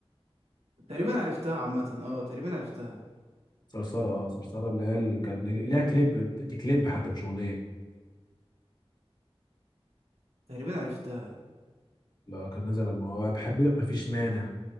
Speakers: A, on the right; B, on the left.
A: تقريبا عرفتها عامه اه تقريبا عرفتها
B: صرصرة اه صرصرة اللي هي اللي كان ليها كليب دي كليب حتى مش أغنية
A: تقريبا عرفتها
B: لا كان نزل الموضوع بحب مفيش مانع